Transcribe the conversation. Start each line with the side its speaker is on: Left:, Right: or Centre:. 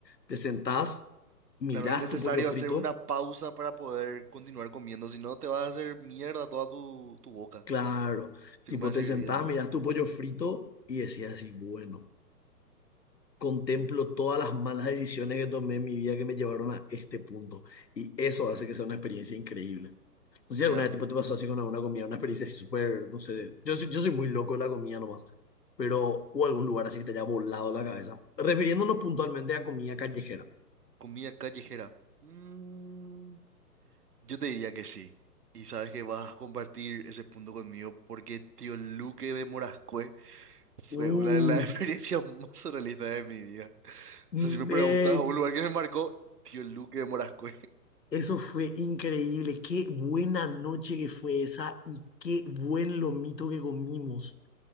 Left: te sentás, mirás
Right: Claro, es necesario
Left: tu pollo frito.
Right: hacer una pausa para poder continuar comiendo. Si no, te vas a hacer mierda toda tu, tu boca.
Left: Claro,
Right: Si
Left: tipo,
Right: comes a
Left: te
Right: seguir
Left: sentás,
Right: viendo.
Left: mirás tu pollo frito y decías así, bueno, contemplo todas las malas decisiones que tomé en mi vida que me llevaron a este punto. Y eso hace que sea una experiencia increíble. No sé
Right: Ya,
Left: si alguna vez tipo, te pasó así con alguna comida, una experiencia así súper, no sé, yo soy, yo soy muy loco de la comida nomás, pero o algún lugar así que te haya volado la cabeza. Refiriéndonos puntualmente a comida callejera.
Right: comida callejera. Mm, yo te diría que sí. Y sabes que vas a compartir ese punto conmigo porque Tío Luque de Morascue fue
Left: Uh,
Right: una de las <laughs> experiencias más surrealistas de mi vida. O
Left: me-
Right: sea, si me preguntas, un lugar que me marcó, tío Luque de Morascue. <laughs>
Left: eso fue increíble, qué buena noche que fue esa y qué buen lomito que comimos.